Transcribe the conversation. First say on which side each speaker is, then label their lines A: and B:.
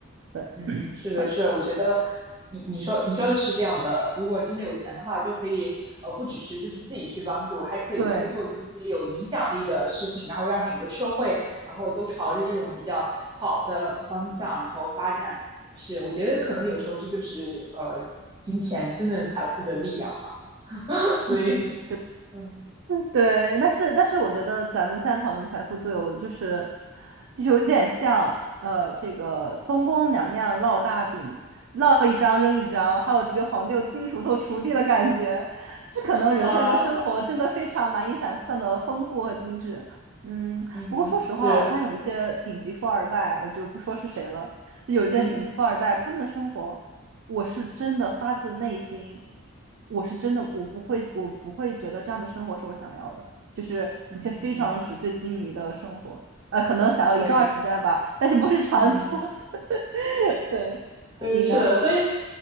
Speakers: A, on the right; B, on the right.
A: 对，
B: 嗯，是的，
A: 很
B: 是的，我觉得你你说你说的是这样的，如果真的有钱的话，就可以呃，不只是就是自己去帮助，还可以就是做出一些有影响力的事情，
A: 对，
B: 然后让整个社会，然后都朝着这种比较好的方向，然后发展。是，我觉得可能有时候这就是呃，金钱真的财富的力量吧。所以
A: 嗯。
B: <laughs>，嗯，
A: 对，但是但是我觉得咱们现在讨论财富自由，就是就是有点像呃，这个东宫娘娘烙大饼，烙一张扔一张，还有这个皇帝有金锄头锄地的感觉。<laughs> 这可能有些人的生活真的非常难以想象的丰富和精致。
B: 啊，
A: 嗯，
B: 嗯，
A: 不过说实话，
B: 是，
A: 我看有一些顶级富二代，我就不说是谁了，有些顶级富二代他们的生活。
B: 嗯
A: 我是真的发自内心，我是真的，我不会，我不会觉得这样的生活是我想要的，就是一些非常纸醉金迷的生活，
B: 嗯，
A: 啊，可能想要一段时间吧，
B: 对，
A: 但是不是长久的。
B: 嗯。
A: <laughs> 对，
B: 嗯，
A: 你呢？
B: 是的，所以，